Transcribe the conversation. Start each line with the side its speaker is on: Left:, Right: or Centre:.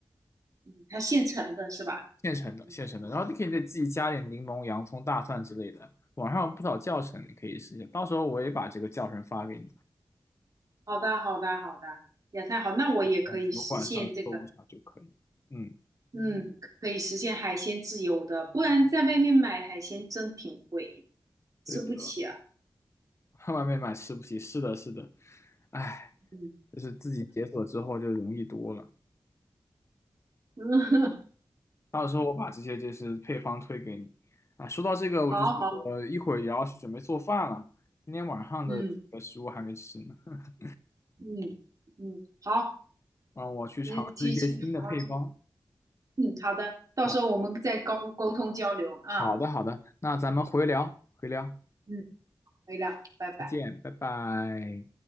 Right: 嗯它现成的是吧？
Left: 现成的现成的，
Right: 嗯，
Left: 然后你可以再自己加点柠檬、洋葱、大蒜之类的。网上有不少教程，你可以试一下，到时候我也把这个教程发给你，
Right: 好的，好的，好的，也太好，那我也可以实现这个，
Left: 嗯，油管上搜一下就可以。嗯，
Right: 嗯，可以实现海鲜自由的，不然在外面买海鲜真挺贵，吃不起啊。
Left: 对的，<laughs> 外面买吃不起，是的，是的，哎，
Right: 嗯
Left: 就是自己解锁之后就容易多了。
Right: 嗯，<laughs>
Left: 到时候我把这些就是配方推给你。啊，说到这个，我就是我一会儿也要去准备做饭了，
Right: 好好，
Left: 今天晚上的这个食物还没吃呢，
Right: 嗯
Left: <laughs>
Right: 嗯嗯，好，
Left: 让我去尝试一些新的配方。
Right: 呃，继续好好继续。嗯，好的，到时候我们再沟沟通交流啊，
Left: 啊，好的好的，那咱们回聊回聊，
Right: 嗯，可以了，拜拜。
Left: 再见，拜拜。